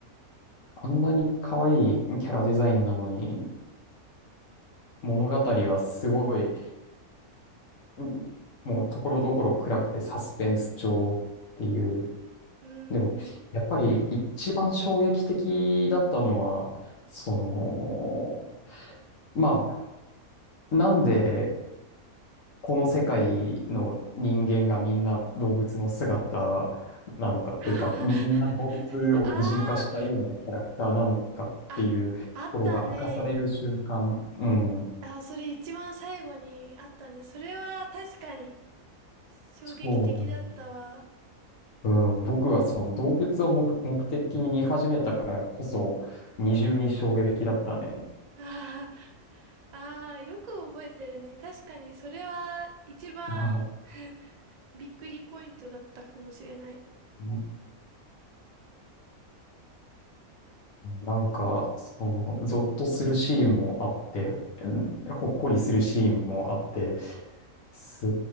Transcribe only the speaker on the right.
うー
ん。
ははは。
ああ、あ、あったね。
あ、それ一番最後にあったね。それは確かに衝撃的だったわ。
ああ、ああ、よく覚えてるね。確かにそれは一番
びっくりポイントだったかもしれない。
う
ん。あ